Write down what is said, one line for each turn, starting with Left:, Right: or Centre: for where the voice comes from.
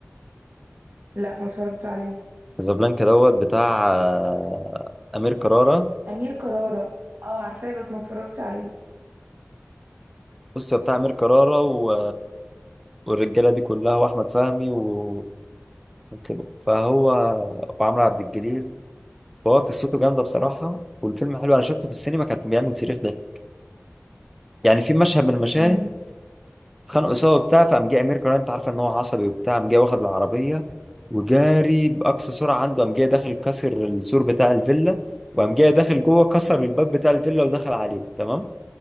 Right: لا ما اتفرجتش عليه
Centre: كازابلانكا دوت بتاع آه، امير كرارة
Right: أمير كرارة اه عارفاه بس ما اتفرجتش عليه
Centre: بص هو بتاع امير كرارة و... والرجاله دي كلها واحمد فهمي و... وكده فهو وعمرو عبد الجليل فهو قصته جامده بصراحه والفيلم حلو انا شفته في السينما كان بيعمل صريخ ده يعني في مشهد من المشاهد
Right: امم
Centre: اتخانقوا سوا وبتاع فقام جه امير كرارة انت عارفه ان هو عصبي وبتاع قام جه واخد العربيه وجاري باقصى سرعه عنده قام جه داخل كسر السور بتاع الفيلا وقام جه داخل جوه كسر الباب بتاع الفيلا ودخل عليه تمام